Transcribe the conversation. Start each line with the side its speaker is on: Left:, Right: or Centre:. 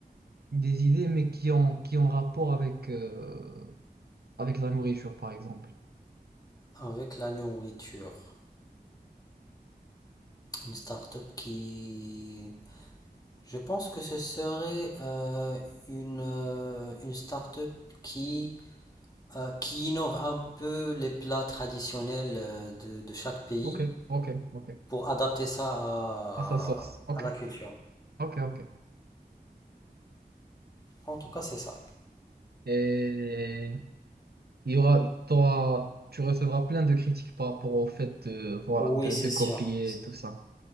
Right: des idées, mais qui ont, qui ont rapport avec, euh, avec la nourriture, par exemple.
Left: Avec la nourriture, une start-up qui... Je pense que ce serait euh, une, euh, une start-up qui, euh, qui innove un peu les plats traditionnels euh, de, de chaque pays
Right: Ok, ok, ok.
Left: pour adapter ça à,
Right: Ah, ça sauce. Ok,
Left: à la culture.
Right: ok, ok.
Left: En tout cas, c'est ça.
Right: Et Il y aura, t'auras- tu recevras plein de critiques par rapport au fait de, voilà,
Left: Oui,
Right: de,
Left: c'est
Right: de copier
Left: sûr.
Right: tout ça.